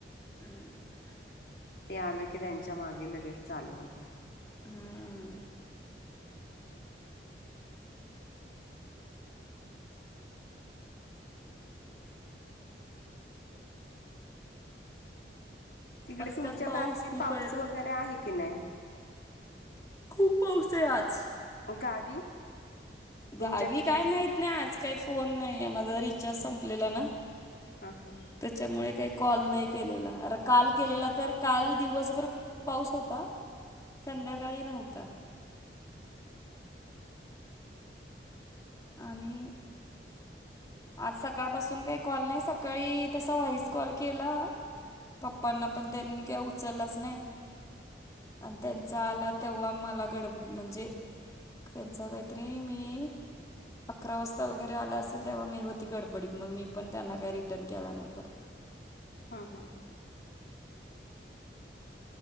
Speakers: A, on the left; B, on the left.
A: <unintelligible>
B: ते आलं की त्यांच्या मागे लगेच चालू होतं.
A: हं.
B: तिकडे
A: आज
B: तुमच्या
A: त्यात पाऊस
B: गावी
A: खूप
B: पाऊस
A: आहे ना
B: वगैरे आहे की नाय.
A: खूप पाऊसे आज.
B: गावी तुमच्या
A: गावी
B: ति
A: काय माहित नाय आज काई फोन नाईये माझा रिचार्ज संपलेला ना.
B: हां हां.
A: त्याच्यामुळे काई कॉल नाई केलेला अर काल केलेला तर काल दिवसभर पाऊस होता संध्याकाळी नव्हता. आणि आज सकाळपासून काई कॉल नाय सकाळी तसा व्हॉइस कॉल केला पप्पांना पण त्यांनी काय उचललाच नाय. अन् त्यांचा आला तेव्हा मला गड म्हंजे. त्यांच काईतरी मी अकरा वाजता वगैरे आला असेल. तेव्हा मी होती गडबडीत मग मी पण त्यांना काय रिटर्न केला नाय परत.
B: हा हा हा.